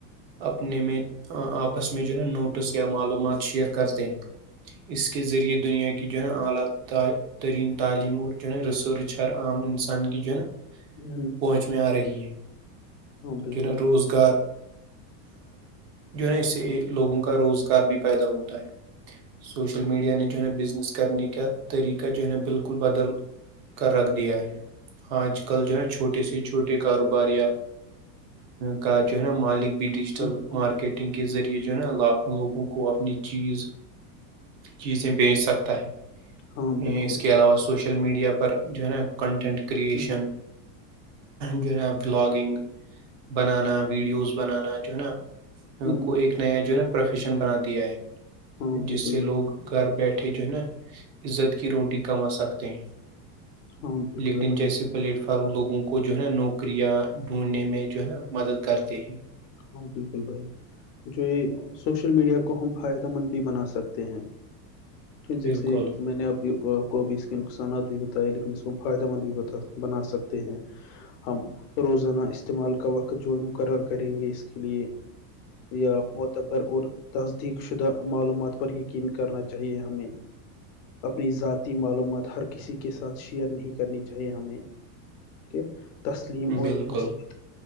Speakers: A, on the right (about 50°); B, on the left (about 65°).
A: اپنے میں آپس میں جو ہے نوٹس یا معلومات شیئر کرتے ہیں اس کے ذریعہ دنیا کی جو ہےا اعلی ترین تعلیم اور ج ہے ریسرچ چر عام انسان کی جنت
B: ہ ہ
A: پہنچ میں آ رہی ہے
B: بالکل
A: ج نیں روزگار جو ن اس سے لوگوں کا روزگار بھی پیدا ہوتا ہے سوشل میڈیا نے جو ہے نا بزنس کرنے کا طریقہ جو ہے نا بالکل بدل کر رکھ دیا ہے آج کل جو ہے نا چھوٹے سے چھوٹے کاروبار یا کا جو ہے نا مالک بھی ڈیجیٹل
B: ہوں،
A: مارکیٹ ٹنگ کے ذریعے جو ہے نا لاکھوں لوگوں کو اپنی چیز چیزیں بیچ سکتا ہے
B: ہاں بالکل
A: اس کے علاوہ سوشل میڈیا پر جو ہے نا کنٹینٹ کرشن
B: ہوں،
A: جو ہے نا ولالاگنگ بنانا ویڈیوز بنانا جو ہے نا
B: ہوں،
A: کو ایک نیا جو ہے نا پروفیشن بنا دیا ہے
B: ہاں
A: جس
B: بالکل
A: سے لوگ
B: بھائی
A: گھر بیٹھے جو ہے نا عزت کی روٹی کما سکتے ہیں
B: ہاں بالکل
A: لکٹن
B: بھائی
A: جیسے پلیٹ فارم لوگوں کو جو ہے نا نوکریاں ڈھونڈنے میں جو ہے نا مدد کرتے ہیں
B: ہاں بالکل بھائی جو یہ سوشل میڈیا کو ہم فائدہ مند بھی بنا سکتے ہیں
A: بالکل
B: جیسے میں نے اب کو بھی اس کے نقصانات بھی بتائے لیکن اس کو ہم فائدہ مند بھی بتا بنا سکتے ہیں ہم روزانہ استعمال کا وقت جو ہے مقرر کریں گے اس کے لیے یا م بر اور تصدیق شدہ معلومات پر یقین کرنا چاہیے ہمیں اپنی ذاتی معلومات ہر کسی کے ساتھ شیئر نہیں کرنی چاہیے ہمیں کہ تسلیم اور
A: بالکل
B: مثبت